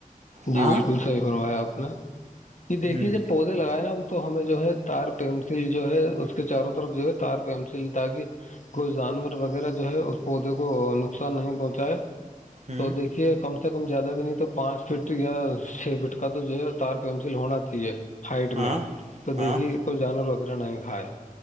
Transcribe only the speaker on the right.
ہاں
ہوں
ہوں
ہاں
ہاں